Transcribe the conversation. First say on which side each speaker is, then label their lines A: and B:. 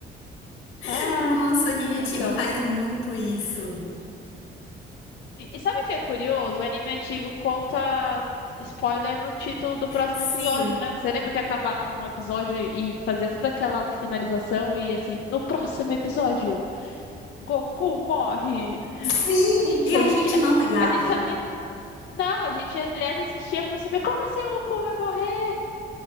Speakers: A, on the left (about 90°); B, on the left (about 70°).
A: <laughs>
B: Ah,
A: Nossa, o anime
B: então.
A: antigo faz muito isso.
B: E, e sabe o que é curioso? O anime antigo conta spoiler no título do próximo
A: Sim.
B: episódio, né? Você lembra que acabava um episódio e fazia toda aquela finalização e assim, no próximo episódio, Goku morre.
A: Sim!
B: Gente,
A: E
B: a
A: a
B: gente,
A: gente
B: a
A: não
B: gente,
A: ligava.
B: a gente sabia. Não, a gente, aliás, assistia pra saber como assim o Goku vai morrer?